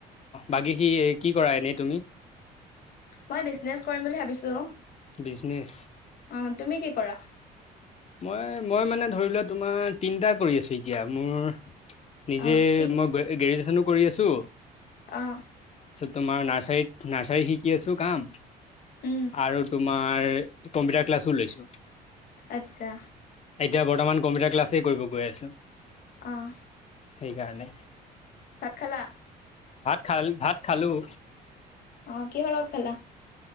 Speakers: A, on the left; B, on the left.
A: বাকি কি কি কৰা এনেই তুমি?
B: মই বিজনেছ কৰিম বুলি ভাবিছো অ।
A: বিজনেছ।
B: অ তুমি কি কৰা?
A: মই মই মানে ধৰি লোৱা তোমাৰ তিনটা কৰি আছো এতিয়া মোৰ নিজে
B: অ'
A: মই গ্ৰেজুৱেচনো কৰি আছোঁ।
B: আহ
A: তোমাৰ নাৰ্চাৰীত নাৰ্চাৰীত শিকি আছোঁ কাম।
B: উম,
A: আৰু তোমাৰ কম্পিউটাৰ ক্লাছ লৈছো
B: আচ্ছা।
A: এতিয়া বৰ্তমান কম্পিউটাৰ ক্লা ছে কৰিব গৈ আছো।
B: আঁহ।
A: সেইকাৰণে।
B: ভাত খালা?
A: খা ভাত খালোঁ।
B: অ কি হৰ লগত খালা?